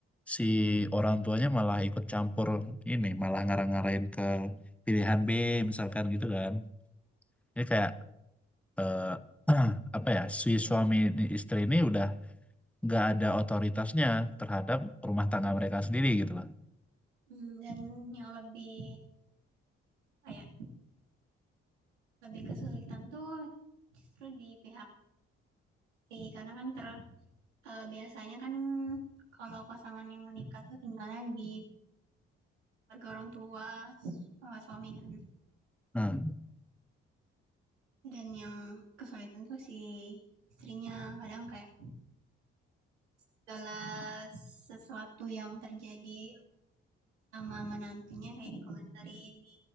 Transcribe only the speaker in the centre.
si orang tuanya malah ikut campur ini malah ngarang-ngarain ke pilihan B misalkan gitu kan ini kayak eh, <clears throat> apa ya si suami ini- istri ini udah nggak ada otoritasnya terhadap rumah tangga mereka sendiri gitu loh
Nah,